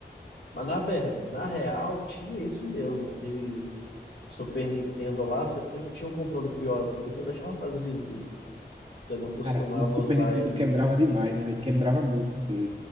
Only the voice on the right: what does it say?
Cara, o Super
Nintendo
quebrava
demais, né, velho? Quebrava muito o controle.